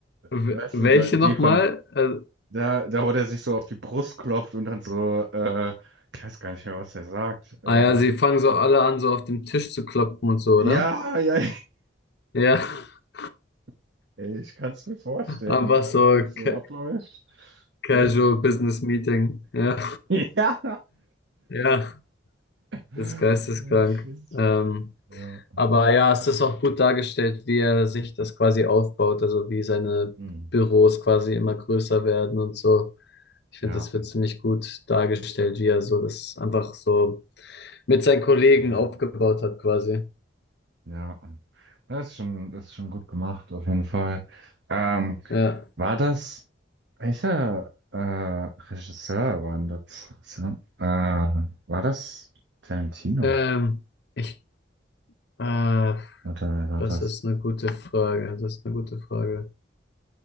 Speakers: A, on the left; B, on the right.
A: w-
B: Weißt
A: welche
B: du, da, die
A: nochmal?
B: von,
A: Äh,
B: da, da, wo der sich so auf die Brust klopft und dann so, äh, ich weiß gar nicht mehr, was er sagt. Äh,
A: ah ja, sie fangen so alle an, so auf dem Tisch zu klopfen und so,
B: ja,
A: oder?
B: ja,
A: Ja, <laughs>
B: <laughs> ey, ich kann es mir vorstellen,
A: einfach
B: und wenn
A: so
B: das was so
A: ca-
B: abläuft. Damn.
A: Casual Business
B: <laughs>
A: Meeting. Ja,
B: Ja.
A: ja,
B: Oh,
A: das ist geisteskrank.
B: shit.
A: Ähm,
B: Ja.
A: aber ja, es ist auch gut dargestellt, wie er sich das quasi aufbaut, also wie seine
B: Hm.
A: Büros quasi immer größer werden und so. Ich
B: Ja.
A: finde, das wird ziemlich gut dargestellt, wie er so das einfach so mit seinen Kollegen
B: voll.
A: aufgebaut hat quasi.
B: Ja. Das ist schon, das ist schon gut gemacht, auf jeden Fall. Ähm,
A: Ja,
B: War das, welcher äh, Regisseur war denn das? So, äh, war das Tarantino?
A: ähm, ich, äh,
B: Oder wer war
A: das
B: das?
A: ist eine gute Frage. Das ist eine gute Frage.